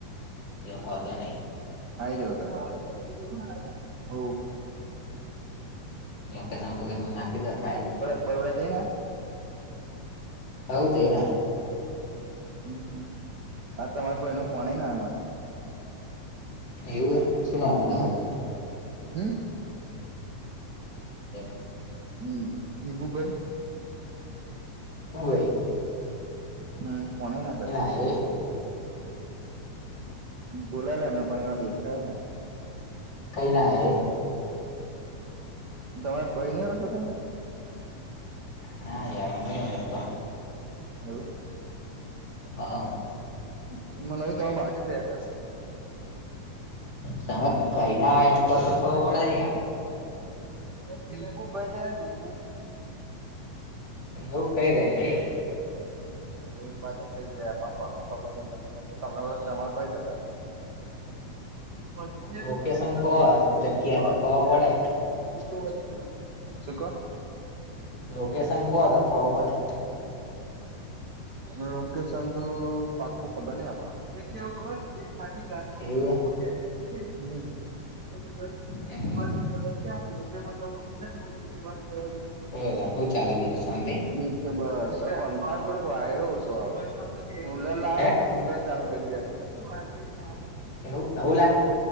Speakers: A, on the left (about 35°); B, on the right (about 65°).
A: <unintelligible>
B: <unintelligible>
A: લોકેશન બોકેશન નાખી દો એટલે આઈ જાય.
B: <unintelligible>
A: આવજે હે ના.
B: હમ્મ-હમ્મ. આ તમાર ભાઈ નો ફોન નહીં આયે અમારા.
A: એવું? શું નામ હતું
B: હમ હમ
A: <unintelligible> <inaudible>
B: હમ્મ. <unintelligible> ભાઈ.
A: હોવે.
B: હમ્મ. ફોન એય ના કર્યો.
A: <unintelligible>
B: બોલાલા એમને પણ હવે દેખાય ના.
A: કંઈ નાહે એ.
B: તમાર ભઈ નહીં <unintelligible>
A: ના યાર <unintelligible>
B: એવું!
A: હા.
B: <unintelligible>
A: તમે કંઈ ના આવે એમ પર તો ખબર પડે યાર.
B: <unintelligible>
A: એવું કઈ રહે એ..
B: <unintelligible> <unintelligible>
A: લોકેશન કહો જગ્યા તો ખબર પડે
B: શું કહો?
A: લોકેશન કહો તો ખબર પડે
B: લોકેશન તો પાક્કું ખબર ન આપડા. હમ્મ.
A: એવું
B: <unintelligible>
A: હે હમ એ યાર હું ચાલે બીજું, શાંતી?
B: એક નંબર. <unintelligible>
A: હે
B: <unintelligible>
A: એવું નવું લા